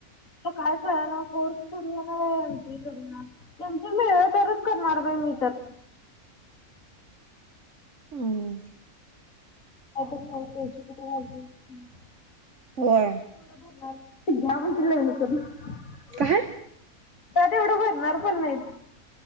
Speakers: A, on the left; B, on the right.
A: तर काय कळं ना कोर्स करू का एम पी ए करू या. त्यांच मिळलं तरच करणार ब मी तर.
B: हम.
A: आता माला पैसे याची कुटून आणतील.
B: होय
A: णार यावतलायन सरी.
B: काय
A: का तेवढं भरणार पण नाहीत